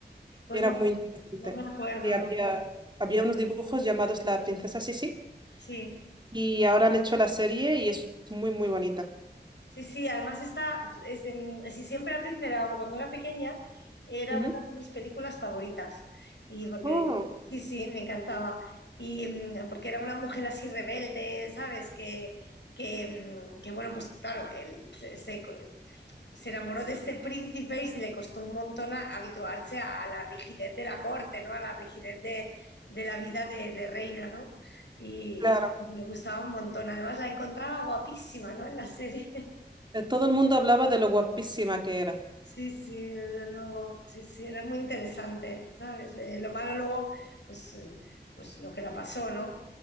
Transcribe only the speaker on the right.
Era
muy interesante.
Y había,
había unos dibujos llamados La Princesa Sisi.
y ahora han hecho la serie y es muy, muy bonita.
Ujú.
Oh,
claro.
Eh, Todo el mundo hablaba de lo guapísima que era,